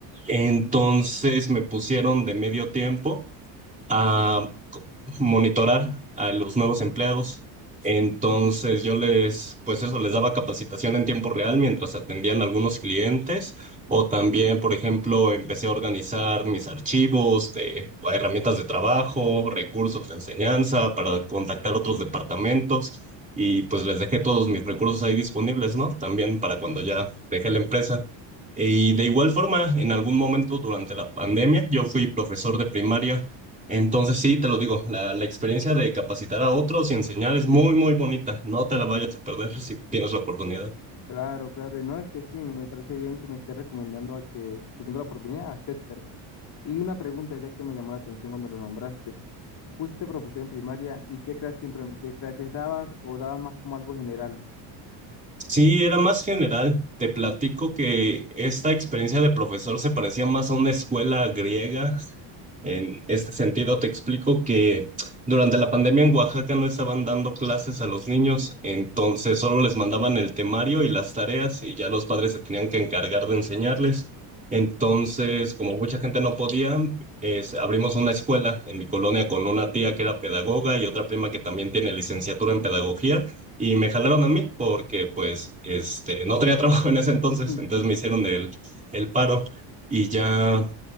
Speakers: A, on the right; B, on the left.
A: Entonces me pusieron de medio tiempo a co- monitorar a los nuevos empleados. Entonces yo les, pues eso, les daba capacitación en tiempo real mientras atendían algunos clientes o también, por ejemplo, empecé a organizar mis archivos de o herramientas de trabajo, recursos de enseñanza para contactar otros departamentos y pues les dejé todos mis recursos ahí disponibles, ¿no? También para cuando ya dejé la empresa. Y de igual forma, en algún momento durante la pandemia, yo fui profesor de primaria. Entonces, sí, te lo digo, la, la experiencia de capacitar a otros y enseñar es muy, muy bonita. No te la vayas a perder si tienes la oportunidad.
B: claro, claro. Y no es que sí, me parece bien que me esté recomendando a que, si tengo la oportunidad, aceptar. Y una pregunta ya que me llamó la atención cuando lo nombraste. ¿Fuiste profesor en primaria y qué clase, impre- qué clases dabas o dabas más como algo general?
A: Sí, era más general. Te platico que esta experiencia de profesor se parecía más a una escuela griega En este sentido, te explico que durante la pandemia en Oaxaca no estaban dando clases a los niños, entonces solo les mandaban el temario y las tareas y ya los padres se tenían que encargar de enseñarles. Entonces, como mucha gente no podía, es- abrimos una escuela en mi colonia con una tía que era pedagoga y otra prima que también tiene licenciatura en pedagogía y me jalaron a mí porque pues este, no tenía <laughs> trabajo en ese entonces,
B: <clears throat>
A: entonces me hicieron el, el paro y ya